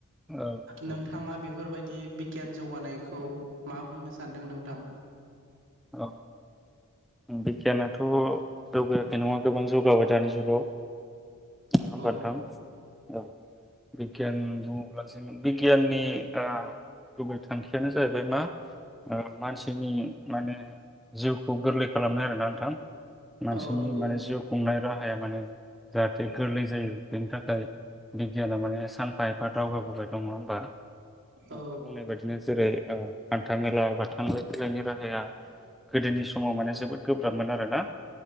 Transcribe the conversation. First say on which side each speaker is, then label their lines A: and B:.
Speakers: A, in the centre; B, on the right.
A: औ नंगौ
B: नोंथाङा बे फोरबायदि बिगियान जौगानायखौ मा बुंनो सानदों नों थां?
A: औ बिगियानाथ' जौगायाखै नङा गोबां जौगाबाय दानि जुगाव। नङा होनब्ला
B: औ
A: नोंथां? औ बिगियान बुङोब्लासो बिगियाननि ओ गुबै थांखियानो जाहैबाय मा ओ मानसिनि माने जिउखौ गोरलै खालामनो आरोना। <unintelligible> मानसिनि
B: औ नंगौ
A: माने जिउ खुंनाय राहाया माने जाहाथे गोरलै जायो बेनि थाखाय बिगियाना माने सानफा एफा दावगाबोबाय दं नङा होमबा। नोंथां
B: औ
A: बुंनाय बायदिनो जेरै ओ हान्था मेला बा थांलाय फैलायनि रा हाया गोदोनि समाव माने जोबोद गोब्राबमोन आरोना।